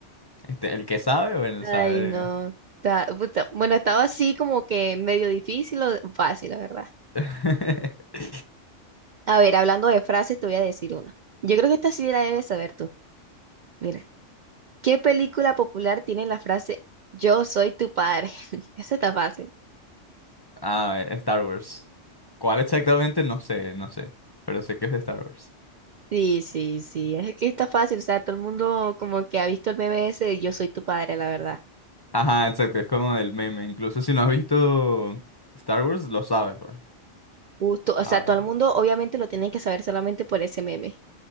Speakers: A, on the left; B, on the right.
A: Este, el que sabe, bueno,
B: Ay,
A: sabe
B: no. Ta- puta, Bueno, estaba así como que medio difícil o fácil, la verdad.
A: de... <laughs>
B: A ver, hablando de frases, te voy a decir una. Yo creo que esta sí la debes saber tú. Mira. ¿Qué película popular tiene la frase Yo soy tu padre? <laughs> Esa está fácil.
A: Ah, eh, Star Wars. ¿Cuál exactamente? No sé, no sé, pero sé que es de Star Wars.
B: Sí, sí, sí, es que está fácil, o sea, todo el mundo como que ha visto el meme ese de Yo soy tu padre, la verdad.
A: Ajá, exacto, es como del meme, incluso si no has visto Star Wars, lo sabes, pues.
B: Justo, o
A: A
B: sea,
A: ver.
B: todo el mundo obviamente lo tiene que saber solamente por ese meme.